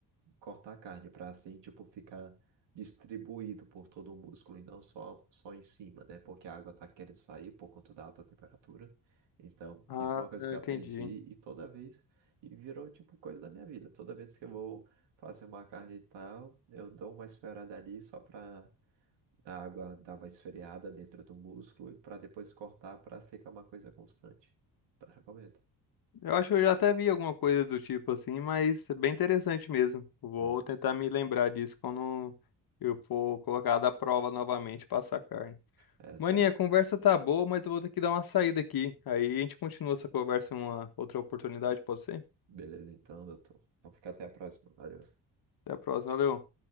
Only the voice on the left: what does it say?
Ah,
eu
entendi,
hein?
Eu acho que eu já até vi alguma coisa do tipo, assim, mas é bem interessante mesmo. Vou
tentar me lembrar disso quando eu for colocar da prova novamente, passar carne.
Maninha, a conversa tá boa, mas eu vou ter que dar uma saída aqui. Aí a gente continua essa conversa em uma outra oportunidade, pode ser?
Até a próxima, valeu.